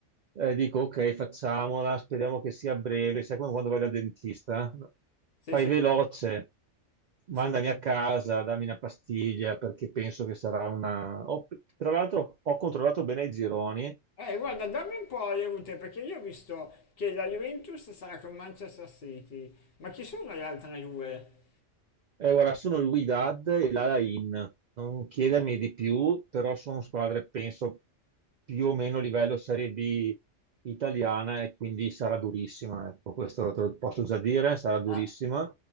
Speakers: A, on the right (about 80°); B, on the left (about 55°).
A: eh, dico ok, facciamola, speriamo che sia breve. Sai come quando vai dal dentista? no?
B: Sì,
A: Fai
B: sì,
A: veloce,
B: sì,
A: mandami
B: sì, sì.
A: a casa, dammi una pastiglia perché penso che sarà una... ho- tra l'altro ho controllato bene i gironi
B: Eh, guarda, dammi un po' le route, perché io ho visto che la Juventus sarà con Manchester City, ma chi sono le altre due?
A: Eh, guarda, sono il Wydad e l'Alain. Non chiedermi di più, però sono squadre, penso, più o meno a livello Serie B italiana e quindi sarà durissima. Ecco, questo te lo posso già dire, sarà durissima.
B: Ah.